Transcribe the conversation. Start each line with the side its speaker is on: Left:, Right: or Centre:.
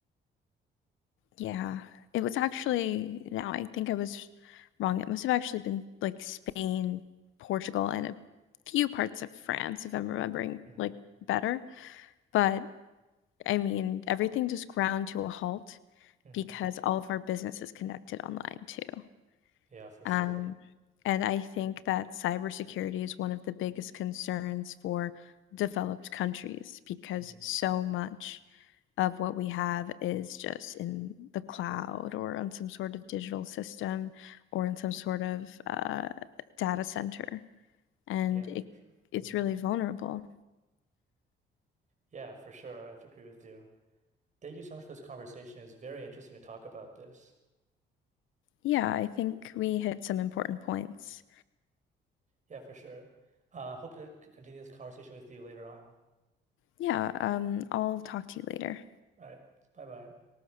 Left: Yeah. It was actually now I think I was wrong, it must have actually been, like, Spain, Portugal, and a few parts of France, if I'm remembering,
Right: Mm,
Left: like, better, but, I mean, everything just ground to a halt
Right: mm,
Left: because all of our business is connected online too,
Right: yeah, for sure.
Left: um, and I think that cybersecurity is one of the biggest concerns for developed countries because
Right: Mm,
Left: so much of what we have is just in the cloud or on some sort of digital system or in some sort of uh, data center. And
Right: yeah,
Left: it,
Right: for sure.
Left: it's
Right: Mm,
Left: really vulnerable.
Right: yeah, for sure. I have to agree with you. Thank you so much for this conversation. It was very interesting to talk about this.
Left: Yeah, I think we hit some important points.
Right: Yeah, for sure. Uh, hope to c- continue this conversation with you later on.
Left: Yeah, um, I'll talk to you later.
Right: All right. Bye bye.